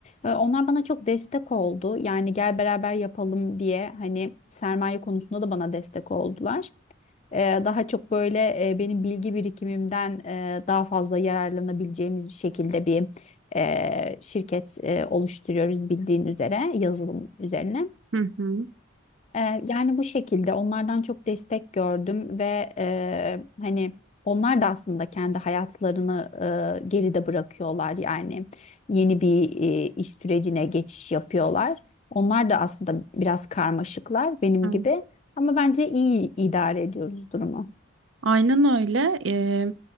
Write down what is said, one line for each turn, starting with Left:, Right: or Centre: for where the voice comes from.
Left: E, onlar bana çok destek oldu. Yani gel beraber yapalım diye hani sermaye konusunda da bana destek oldular. Eee, daha çok böyle eee, benim bilgi birikimimden eee, daha fazla yararlanabileceğimiz bir şekilde bir eee, şirket eee, oluşturuyoruz bildiğin üzere yazılım üzerine.
Right: Hı
Left: Eee, yani bu şekilde onlardan çok destek gördüm ve eee, hani onlar da aslında kendi hayatlarını eee, geride bırakıyorlar yani yeni bir eee, iş sürecine geçiş yapıyorlar. Onlar da aslında biraz karmaşıklar benim
Right: hı.
Left: gibi ama bence iyi idare ediyoruz durumu.
Right: Aynen öyle. Eee,